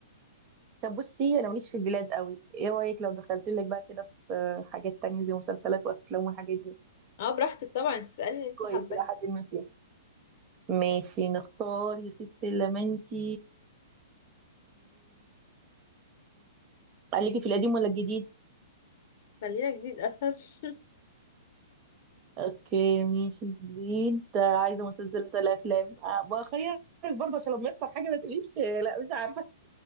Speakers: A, on the right; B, on the left.
A: طب بصي انا ماليش في البلاد قوي ايه رايك لو دخلت لك بقى كده في حاجات تانية زي مسلسلات وافلام والحاجات دي
B: اه براحتك طبعا تسألي اللي انت
A: كويس
B: حباه
A: الى حد ما فيها ماشي نختار يا ستي لمنتي قالك في القديم ولا الجديد
B: خلينا جديد اسهل <laughs>
A: اوكي ماشي جديد آه، عايزه مسلسلات ولا افلام أه بخيرك برضه عشان لما يحصل حاجه ما تقوليش آه، لا مش عارفه